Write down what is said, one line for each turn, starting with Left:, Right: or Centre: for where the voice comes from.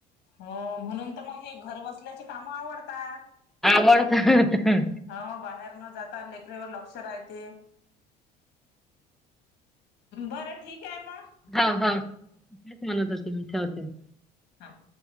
Left: हो म्हणून तर मग हे घर बसल्याचे कामं आवडतात.
Centre: आवडतं ह ह
Left: हो बाहेर न जाता लेकरवर लक्ष रायते. बरं ठीकं मग.
Centre: हा ह तेच म्हणत होते मी जाउदे
Left: हाव.